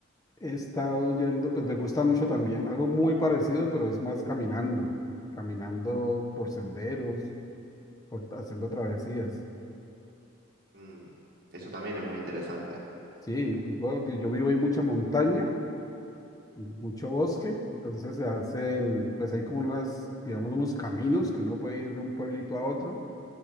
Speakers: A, on the left; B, on the right.
A: He estado yendo, pues me gusta mucho también, algo muy parecido, pero es más caminando, caminando por senderos, por, haciendo travesías.
B: Mm, eso también es muy interesante.
A: Sí, pues, bueno, y yo vivo en mucha montaña, mucho bosque, entonces se hacen, pues hay como unas, digamos, unos caminos que uno puede ir de un pueblito a otro